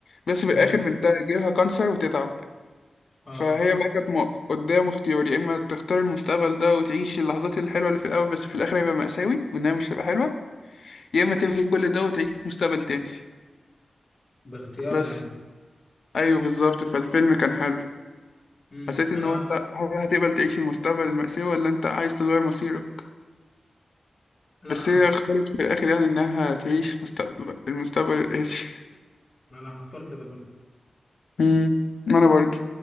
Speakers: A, on the left; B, on the left.
A: بس
B: تمام
A: في الاخر بنتها يجيلها كانسر وتتعب
B: اه
A: فهي بقى كانت م- قدام اختيار يا اما تختار المستقبل ده وتعيش اللحظات الحلوه اللي في الاول بس في الاخر هيبقى مأساوي وانها مش هتبقى حلوه يا اما تلغي كل ده وتعيش مستقبل تاني
B: باختيارها
A: بس
B: يعني
A: ايوه بالظبط فالفيلم كان حلو
B: امم
A: حسيت ان
B: انا
A: هو انت هل هتقبل تعيش المستقبل المأساوي ولا انت عايز تغير مصيرك
B: لا
A: بس
B: انا
A: هي اختارت في الاخر يعني انها تعيش مستقبل المستقبل القاسي
B: أنا هختار كده برضه
A: امم ما انا برضه